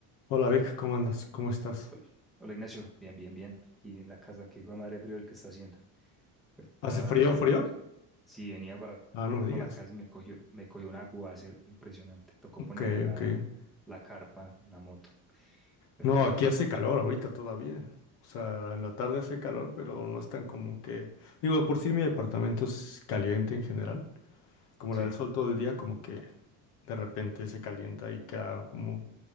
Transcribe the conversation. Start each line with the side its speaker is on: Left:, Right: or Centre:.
Left: Hola Vic, ¿cómo andas? ¿Cómo estás?
Centre: Hola, hola, Ignacio, bien, bien, bien. Aquí en la casa, que hijo de madre frío el que está haciendo. Ahorita
Left: ¿Hace frío,
Centre: ven,
Left: frío?
Centre: sí, venía para,
Left: Ah, no me digas.
Centre: para la casa y me cogió, me cogió un aguacero impresionante. Tocó
Left: Ok,
Centre: ponerme la,
Left: ok.
Centre: la carpa, en la moto. Pero
Left: No,
Centre: bueno,
Left: aquí hace calor ahorita todavía. O sea, en la tarde hace calor, pero no es tan común que... Digo, de por sí mi departamento es caliente en general. Como
Centre: sí.
Left: le da el sol todo el día, como que de repente se calienta y queda como...